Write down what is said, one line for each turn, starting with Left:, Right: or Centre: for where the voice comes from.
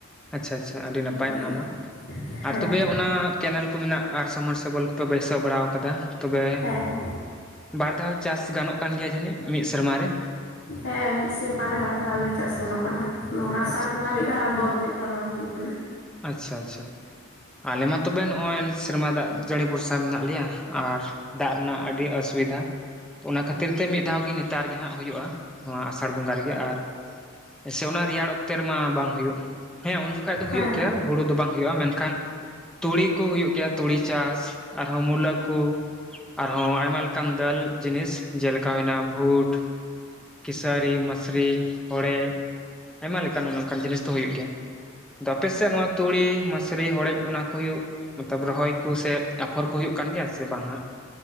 Centre: ᱟᱪᱪᱷᱟ ᱟᱪᱪᱷᱟ ᱟᱹᱰᱤ ᱱᱟᱯᱟᱭ
Left: ᱚᱱᱠᱟ
Centre: ᱚᱱᱟᱢᱟ
Left: ᱫᱚ ᱦᱮᱸ
Centre: ᱟᱨ ᱛᱚᱵᱮ ᱚᱱᱟ ᱠᱮᱱᱮᱞ ᱠᱚ ᱢᱮᱱᱟᱜᱼᱟ ᱥᱟᱢ ᱢᱟᱨᱥᱮᱵᱚᱞ ᱠᱚ ᱛᱚ ᱵᱟᱹᱭᱥᱟᱹᱣ ᱵᱟᱲᱟ ᱠᱟᱫᱟ ᱛᱚᱵᱮ
Left: ᱦᱮᱸ
Centre: ᱵᱟᱨ ᱫᱷᱟᱣ ᱪᱟᱥ ᱜᱟᱱᱚᱜ ᱠᱟᱱ ᱜᱮᱭᱟ ᱡᱟᱹᱱᱤᱡ ᱢᱤᱫ ᱥᱮᱨᱢᱟ ᱨᱮ
Left: ᱦᱮᱸ ᱢᱤᱫ ᱥᱮᱨᱢᱟ ᱨᱮ ᱵᱟᱨ ᱫᱷᱟᱣ ᱜᱮ ᱪᱟᱥ ᱜᱟᱱᱚᱜ ᱠᱟᱱᱟ ᱱᱚᱣᱟ ᱟᱥᱟᱲ
Centre: ᱟᱪᱪᱷᱟ
Left: ᱵᱚᱸᱜᱟ ᱢᱤᱫ ᱫᱷᱟᱣ ᱟᱨ ᱵᱚᱨᱳ ᱢᱤᱫ ᱫᱷᱟᱣ ᱨᱚᱦᱚᱭ ᱦᱩᱭᱩᱜ ᱠᱟᱱᱟ
Centre: ᱟᱪᱪᱷᱟ ᱟᱪᱪᱷᱟ ᱟᱞᱮ ᱢᱟ ᱛᱚᱵᱮ ᱱᱚᱜᱼᱚᱭ ᱥᱮᱨᱢᱟ ᱫᱟᱜ ᱡᱟᱹᱲᱤ ᱵᱷᱚᱨᱥᱟ ᱢᱮᱱᱟᱜ ᱞᱮᱭᱟ ᱟᱨ ᱫᱟᱜ ᱨᱮᱱᱟᱜ ᱟᱹᱰᱤ ᱚᱥᱩᱵᱤᱫᱷᱟ ᱚᱱᱟ ᱠᱷᱟᱹᱛᱤᱨ ᱛᱮ ᱢᱤᱫ ᱫᱷᱟᱣ ᱜᱮ ᱱᱮᱛᱟᱨ ᱜᱮ ᱦᱟᱸᱜ ᱦᱩᱭᱩᱜᱼᱟ ᱱᱚᱣᱟ ᱟᱥᱟᱲ ᱵᱚᱸᱜᱟ ᱨᱮᱜᱮ ᱟᱨ ᱮᱥᱮ ᱚᱱᱟ ᱨᱮᱭᱟᱲ ᱚᱠᱛᱮ ᱨᱮᱢᱟ ᱵᱟᱝ ᱦᱩᱭᱩᱜ ᱦᱮᱸ ᱩᱱ ᱡᱚᱠᱷᱟᱡ ᱫᱚ
Left: ᱦᱮᱸ
Centre: ᱦᱩᱭᱩᱜ ᱜᱮ ᱜᱮᱭᱟ ᱦᱩᱲᱩ ᱫᱚ ᱵᱟᱝ ᱦᱩᱭᱩᱜᱼᱟ ᱢᱮᱱᱠᱷᱟᱱ ᱛᱩᱲᱤ ᱠᱚ ᱦᱩᱭᱩᱜ ᱜᱮᱭᱟ ᱛᱩᱲᱤ ᱪᱟᱥ ᱟᱨᱦᱚᱸ ᱢᱩᱞᱟᱹ ᱠᱚ ᱟᱨᱦᱚᱸ ᱟᱭᱢᱟ ᱞᱮᱠᱟᱱ ᱫᱟᱹᱞ ᱡᱤᱱᱤᱥ ᱡᱮᱞᱮᱠᱟ ᱦᱩᱭᱱᱟ ᱵᱷᱳᱴ ᱠᱮᱥᱟᱹᱨᱤ ᱢᱟᱹᱥᱨᱤ ᱦᱚᱲᱮᱡ ᱟᱭᱢᱟ ᱞᱮᱠᱟᱱ ᱚᱱᱮ ᱚᱱᱠᱟᱱ ᱡᱤᱱᱤᱥ ᱫᱚ ᱦᱩᱭᱩᱜ ᱜᱮᱭᱟ ᱟᱯᱮᱥᱮ ᱱᱚᱣᱟ ᱛᱩᱲᱤ ᱢᱟᱥᱨᱤ ᱦᱚᱲᱮᱡ ᱚᱱᱟ ᱠᱚ ᱦᱩᱭᱩᱜ ᱢᱚᱛᱞᱚᱵ ᱨᱚᱦᱚᱭ ᱠᱚᱥᱮ ᱟᱯᱷᱚᱨ ᱠᱚ ᱦᱩᱭᱩᱜ ᱠᱟᱱ ᱜᱮᱭᱟ ᱥᱮ ᱵᱟᱝ ᱦᱟᱸᱜ